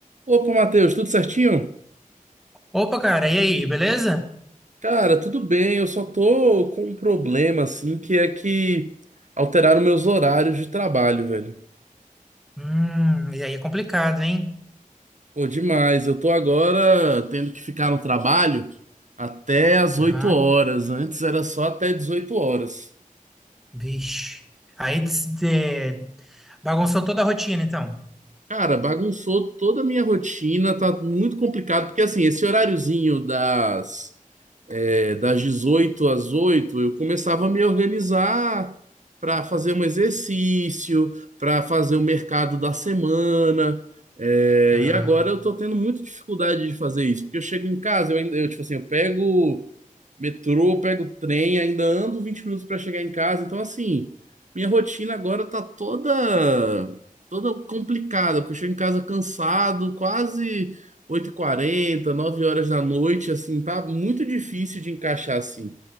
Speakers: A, on the right; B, in the centre.
A: Opa, Matheus, tudo certinho?
B: Opa, cara, e aí, beleza?
A: Cara, tudo bem, eu só tô com um problema, assim, que é que alteraram meus horários de trabalho, velho.
B: Hum, e aí é complicado, hein?
A: Pô, demais, eu tô agora tendo que ficar no trabalho até as oito
B: Aham,
A: horas, antes era só até 18 horas.
B: Vixe. Aí des- de- bagunçou toda a rotina, então.
A: Cara, bagunçou toda a minha rotina, tá muito complicado, porque assim, esse horáriozinho das é, das 18 às 8 eu começava a me organizar para fazer um exercício, para fazer o mercado da semana. é,
B: Aham,
A: e agora eu tô tendo muita dificuldade de fazer isso, porque eu chego em casa, eu, ainda- eu tipo assim, eu pego metrô, pego trem, ainda ando 20 minutos para chegar em casa. Então, assim, minha rotina agora tá toda toda complicada, porque eu chego em casa cansado, quase oito e quarenta, nove horas da noite, assim, tá muito difícil de encaixar assim.